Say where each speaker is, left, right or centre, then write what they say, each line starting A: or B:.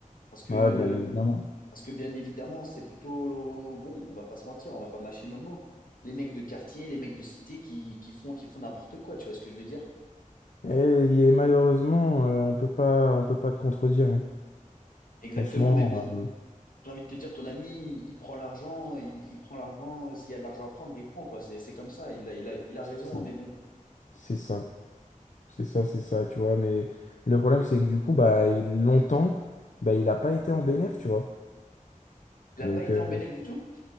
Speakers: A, on the left; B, on the left.
A: Parce que
B: ouais, bien évidemment.
A: Parce que bien évidemment, c'est plutôt bon, on va pas se mentir, on va pas mâcher nos mots. Les mecs de quartier, les mecs de cité qui, qui font, qui font n'importe quoi, tu vois ce que je veux dire?
B: Et, il malheureusement, euh, on peut pas, on peut pas te contredire. hein.
A: Exactement,
B: Franchement,
A: mais bon,
B: euh,
A: j'ai envie de te dire, ton ami, il, il prend l'argent, il, il prend l'argent, euh, s'il y a de l'argent à prendre, il prend, quoi. C'est, c'est comme ça, il a, il a, il a raison,
B: c'est
A: hein, mais bon.
B: c'est ça, c'est ça, c'est ça, tu vois. Mais le problème, c'est que du coup, bah, il, longtemps, bah, il a pas été en bénéf, tu vois.
A: Elle
B: Donc,
A: n'a pas été
B: euh,
A: en bénéf du tout?